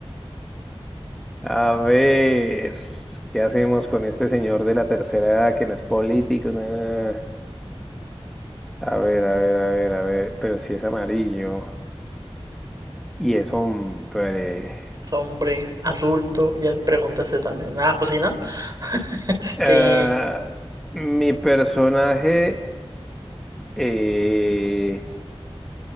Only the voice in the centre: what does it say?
A ver, ¿qué hacemos con este señor de la tercera edad que no es político? Nah. A ver, a ver, a ver, a ver. Pero si es amarillo y es hombre.
Eh, mi personaje eh,